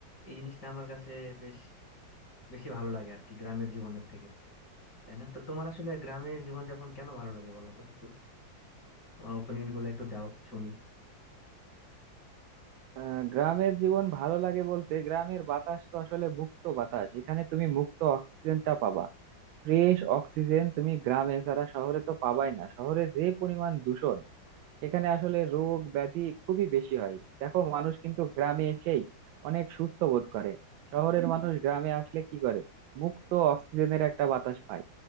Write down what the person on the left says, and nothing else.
এই জিনিসটা আমার কাছে বেশ বেশি ভালো লাগে আর কি গ্রামের জীবনের থেকে তাই না তো তোমার আসলে গ্রামের জীবনযাপন কেন ভালো লাগে বলো তো একটু তোমার ওপিনিয়ন গুলো একটু দাও শুনি